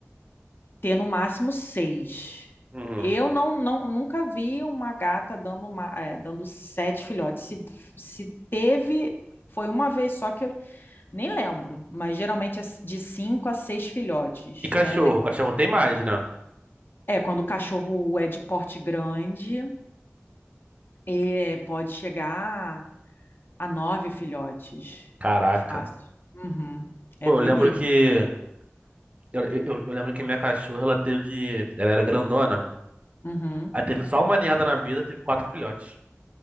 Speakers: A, on the left; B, on the right.
A: ter no máximo seis.
B: Uhum.
A: Eu não, não nunca vi uma gata dando, uma, é, dando sete filhotes. Se, se teve, foi uma vez só que eu nem lembro, mas geralmente é de cinco a seis filhotes,
B: E cachorro?
A: né? De-
B: Cachorro tem mais, né?
A: É, quando o cachorro é de porte grande, é, pode chegar a nove filhotes.
B: Caraca.
A: Fácil. Uhum. É
B: Pô,
A: doideira.
B: eu lembro que. Eu, eu, eu lembro que minha cachorra, ela teve. Ela era grandona.
A: Uhum.
B: Ela teve só uma ninhada na vida, teve quatro filhotes.